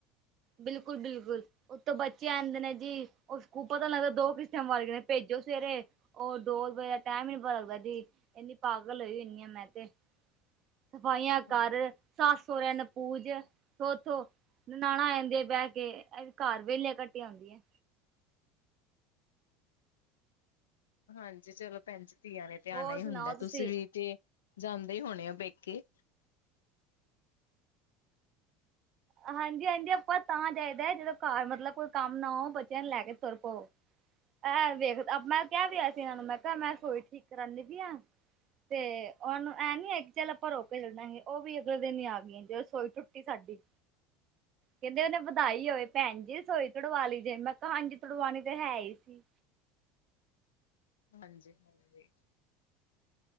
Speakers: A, on the right; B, on the left.
A: ਬਿਲਕੁਲ ਬਿਲਕੁਲ ਉਤੋਂ ਬੱਚੇ ਆਂਦੇ ਨੇ ਜੀ ਉਸ ਓ ਪਤਾ ਨੀ ਲੱਗਦਾ ਦੋ ਕਿਸ ਟੈਮ ਵਰ ਗਏ ਨੇ ਭੇਜੋ ਸਵੇਰੇ ਓ ਦੋ ਵਜੇ ਦਾ ਟੈਮ ਈ ਨੀ ਪਤਾ ਲੱਗਦਾ ਜੀ। ਏਨੀ ਪਾਗਲ ਹੋਈ ਹੋਨੀ ਆਂ ਮੈਂ ਤੇ। ਸਫ਼ਾਈਆਂ ਕਰ,
B: ਹਾਂਜੀ।
A: ਸੱਸ ਸੋਰੇਆਂ ਨੂੰ ਪੂਜ ਥੋਥੋ ਨਨਾਣਾ ਆ ਜਾਂਦੀਆਂ ਏ ਬੈ ਕੇ ਐਵੀ ਘਰ ਵੇਲੇ ਕਟੀਆਂ ਹੁੰਦੀਐਂ।
B: ਹਾਂਜੀ ਚਲੋ ਭੈਣਜੀ ਧੀਆਂ ਨੇ ਤੇ ਆਣਾ
A: ਹੋਰ
B: ਈ
A: ਸੁਣਾਓ
B: ਹੁੰਦਾ ਐ।
A: ਤੁਸੀਂ
B: ਤੁਸੀ ਵੀ ਤੇ ਜਾਂਦੇ ਹਨ ਹੋਣੇ ਓ ਪੇਕੇ।
A: ਹਾਂਜੀ ਹਾਂਜੀ ਆਪਾਂ ਤਾਂ ਜਾਈਦੈ ਜਦੋਂ ਘਰ ਮਤਲਬ ਕੋਈ ਕੰਮ ਨਾ ਹੋਏ ਬੱਚੇਆਂ ਨੂੰ ਲੈ ਕੇ ਤੁਰ ਪਵੋ। ਐਂ ਵੇਖ ਮੈਂ ਕੇਆ ਵਿ ਹੋਆ ਸੀ ਏਨਾਂ ਨੂੰ ਮੈਂ ਕੈ ਮੈਂ ਰਸੋਈ ਠੀਕ ਕਰਾਂਨੀ ਪੀ ਆਂ ਤੇ ਓਨਾਂ ਨੂੰ ਐ ਨੀ ਹੈ ਕਿ ਚੱਲ ਆਪਾਂ ਰੋਕੇ ਚੱਲੇ ਜਾਂਗੇ ਓ ਵੀ ਅਗਲੇ ਦਿਨ ਈ ਆ ਗੀਆਂ। ਜਦੋਂ ਰਸੋਈ ਟੁੱਟੀ ਸਾਡੀ। ਕੈਂਦੇ ਉਹਨੇ ਵਧਾਈ ਹੋਵੇ, ਭੈਣ ਜੀ ਰਸੋਈ ਤੋੜਵਾਂ ਲਈ ਜੇ, ਮੈਂ ਕਿਹਾ ਹਾਂਜੀ ਤੜਵਾਣੀ ਤਾਂ ਹੈ ਹੀ ਸੀ
B: ਹਾਂਜੀ -ਹਾਂਜੀ,